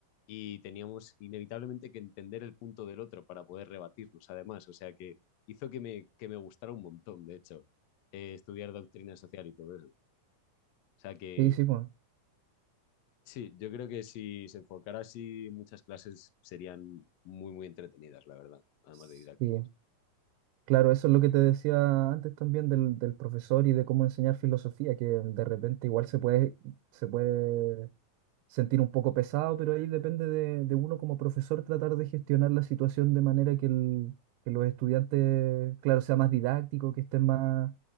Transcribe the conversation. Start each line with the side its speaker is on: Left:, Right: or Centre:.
Left: y teníamos inevitablemente que entender el punto del otro para poder rebatirnos, además. O sea que hizo que me, que me gustara un montón, de hecho, eh, estudiar doctrina social y todo eso. O sea que
Right: Sí, sí, pues.
Left: sí, yo creo que si se enfocara así, muchas clases serían muy, muy entretenidas, la verdad, además
Right: Sí.
Left: de didácticas.
Right: Claro, eso es lo que te decía antes también del, del profesor y de cómo enseñar filosofía, que de repente igual se puede, se puede sentir un poco pesado, pero ahí depende de, de uno como profesor tratar de gestionar la situación de manera que, el- que los estudiantes, claro, sea más didáctico, que estén más,